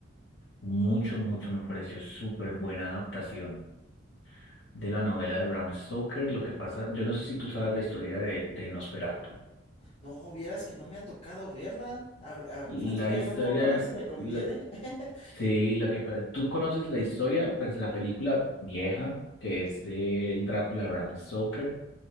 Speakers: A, on the left (about 60°); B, on the left (about 30°).
A: mucho, mucho, me pareció súper buena adaptación. de la novela de Bram Stoker. Lo que pasa, yo no sé si tú sabes la historia de, de Nosferatu.
B: No, vieras que no me ha tocado verla. A, a-
A: La
B: platícame
A: historia,
B: un poco a ver
A: eh,
B: si me conviene.
A: la-
B: <laughs>
A: sí, lo que pasa, tú conoces la historia, pues la película vieja, que es del Drácula de Bram Stoker.